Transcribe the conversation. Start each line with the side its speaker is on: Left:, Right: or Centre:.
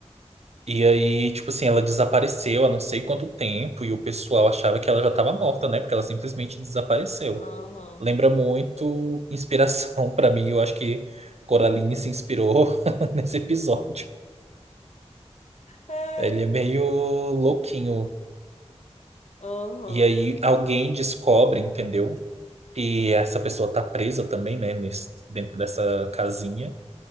Right: E aí, tipo assim, ela desapareceu há não sei quanto tempo e o pessoal achava que ela já estava morta, né? Porque ela simplesmente desapareceu.
Left: aham.
Right: Lembra muito inspiração <laughs> pra mim. Eu acho que Coraline se inspirou <laughs> nesse episódio.
Left: É,
Right: Ele é meio louquinho.
Left: aham.
Right: E aí alguém descobre, entendeu? E essa pessoa tá presa também, né? nesse- dentro dessa casinha.